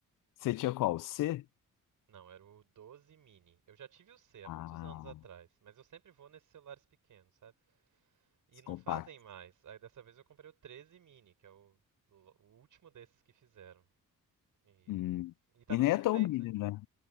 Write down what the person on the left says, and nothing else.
você tinha qual? O C?
Ah,
os
compactos.
Hum.
E nem
é tão mini,
né?